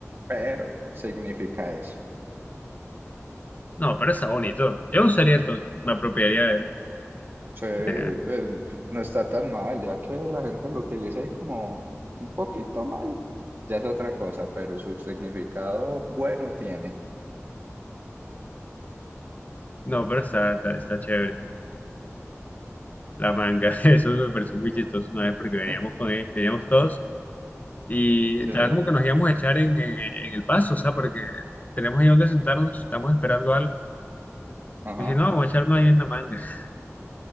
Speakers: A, on the right; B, on the left.
A: pero significa eso.
B: No, pero está bonito. Yo lo usaría entonces, me apropiaría de él.
A: Sí,
B: Nah,
A: pues no está tan mal, ya que la gente lo utiliza ahí como un poquito mal, ya es otra cosa, pero su significado bueno tiene.
B: No, pero está, está, está chévere. La manga, <laughs> eso me pareció muy chistoso una vez porque veníamos
A: <laughs>
B: con él, veníamos todos y
A: Sí.
B: estaba como que nos íbamos a echar en, en- en el paso, o sea, porque tenemos ahí donde sentarnos, estamos esperando algo
A: Ajá,
B: Y si no, vamos a echarnos ahí en la manga. <laughs>